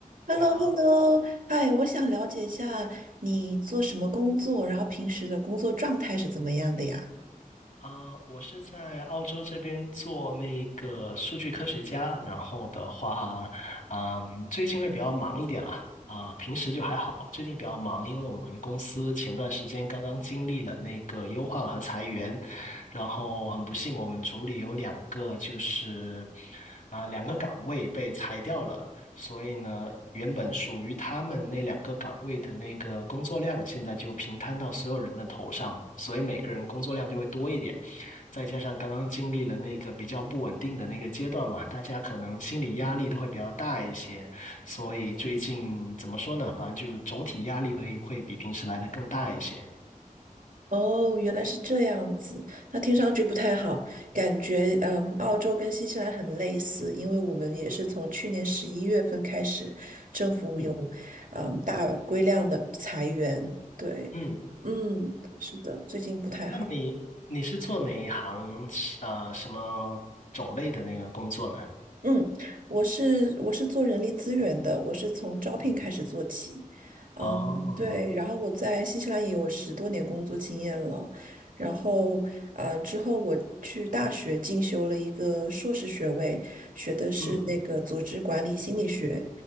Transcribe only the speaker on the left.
你好，
啊、我是在澳洲这边做那个数据科学家，然后的话，嗯，最近会比较忙一点啦，啊、平时就还好，最近比较忙，因为我们公司前段时间刚刚经历了那个优化和裁员，然后很不幸，我们组里有两个就是啊、两个岗位被裁掉了，所以呢，原本属于他们那两个岗位的那个工作量，现在就平摊到所有人的头上，所以每个人工作量就会多一点。再加上刚刚经历了那个比较不稳定的那个阶段嘛，大家可能心理压力都会比较大一些，所以最近怎么说呢？反正就总体压力会会比平时来的更大一些。
嗯
嗯，
那你你是做哪一行？呃，什么种类的那个工作呢？
嗯，
哦，
嗯